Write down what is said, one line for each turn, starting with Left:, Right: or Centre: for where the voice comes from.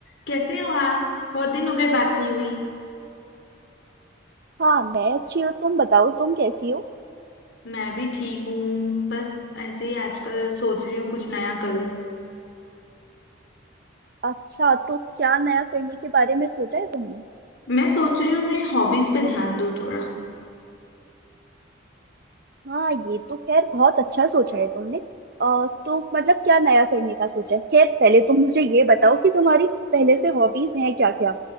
Left: कैसे हो आप बहुत दिन हो गए बात नहीं हुई
Right: हाँ मैं अच्छी हूँ तुम बताओ तुम कैसी हो
Left: मैं भी ठीक हूँ बस ऐसे ही आजकल सोच रही हूँ कुछ नया करूँ
Right: अच्छा तो क्या नया करने के बारे में सोचा है तुमने
Left: मैं सोच रही हूँ मैं हॉबीज पे ध्यान दूँ थोड़ा
Right: हाँ ये तो खैर बहुत अच्छा सोचा है तुमने अ, तो मतलब क्या नया करने का सोचा है खैर पहले तुम मुझे ये बताओ कि तुम्हारी पहले से हॉबीज हैं क्या क्या